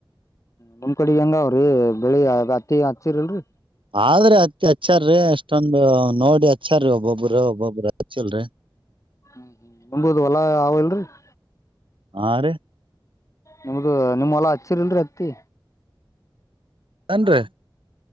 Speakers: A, on the left; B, on the right.
A: ನಮ್ ಕಡೆ ಹೆಂಗ ಅವ್ರಿ ಬೆಳಿ ಅದ ಹತ್ತಿ ಹಾಕ್ತಿರಅಲ್ರೀ.
B: ಆದ್ರ ಅತ್ತಿ ಹಚ್ಚಾರ್ರೀ ಅಷ್ಟೊಂದು ನೋಡಿ ಹಚ್ಚಾರ್ರೀ ಒಬ್ಬೊಬ್ಬ್ರ ಒಬ್ಬೊಬ್ಬ್ರ ಹಚ್ಚಿಲ್ರಿ.
A: ಹ್ಮ್ ಹ್ಮ್ ನಂಬುದು ಹೊಲಾ ಅವಲ್ರರಿ <inaudible>
B: ಆ ರೀ.
A: ನಿಮ್ದ ನಿಮ್ಮ್ ಹೊಲಾ ಹಚ್ಚಿರಿಲ್ರರಿ ಹತ್ತಿ.
B: ಅನ್ರಿ.